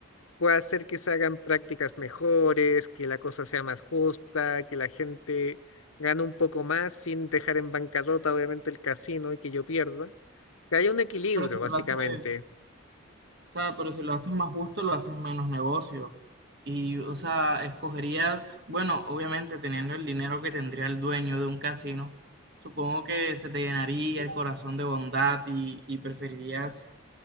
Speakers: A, on the left; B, on the right.
A: pueda hacer que se hagan prácticas mejores, que la cosa sea más justa, que la gente gane un poco más sin dejar en bancarrota obviamente el casino y que yo pierda. Que haya un equilibrio,
B: Pero si
A: básicamente.
B: lo haces, o sea, pero si lo haces más justo, lo haces menos negocio. Y, o sea, escogerías, bueno, obviamente teniendo el dinero que tendría el dueño de un casino, supongo que se te llenaría el corazón de bondad y, y preferirías